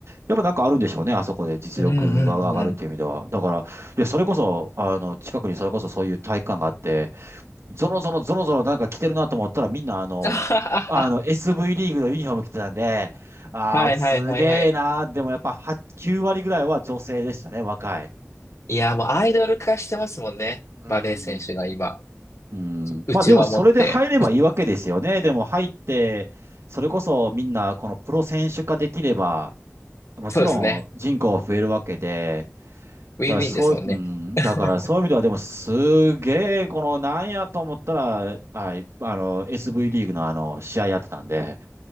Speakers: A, on the right; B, on the left.
A: やっぱなんかあるんでしょうね、あそこで実力が上がるっていう意味では。
B: ん。うんうんうん。
A: だから、いや、それこそ、あの、近くにそれこそそういう体育館があって、ゾロゾロゾロゾロなんか着てるなと思ったらみんなあの、
B: <laughs>
A: あの SV リーグのユニフォーム着てたんで、ああ、
B: はいはいはいはい。
A: すげえなー。でもやっぱ8、9割ぐらいは女性でしたね、若い。
B: いやー、もうアイドル化してますもんね。
A: うん。
B: バレー選手が今、
A: うん。
B: うちわ持って。
A: まあでもそれで入ればいいわけですよね。でも入って、それこそみんなこのプロ選手化できれば、もちろん人口は増えるわけで、
B: そうですね。ウィンウィンですもんね。
A: だからそう、うん、
B: <laughs>
A: だからそういう意味ではでもすげえ、このなんやと思ったら、はい、あの、SV リーグのあの、試合やってたんで、